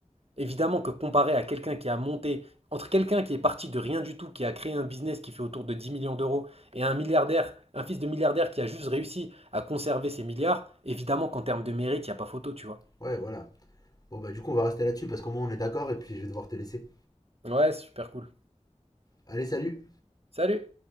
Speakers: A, on the right; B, on the left.
A: évidemment que comparé à quelqu'un qui a monté, entre quelqu'un qui est parti de rien du tout, qui a créé un business qui fait autour de 10 millions d'euros, et un milliardaire, un fils de milliardaire qui a juste réussi à conserver ses milliards, évidemment qu'en termes de mérite, il n'y a pas photo, tu vois.
B: Ouais, voilà. Bon, bah du coup, on va rester là-dessus parce qu'au moins on est d'accord et puis je vais devoir te laisser.
A: Ouais, super cool.
B: Allez, salut
A: Salut!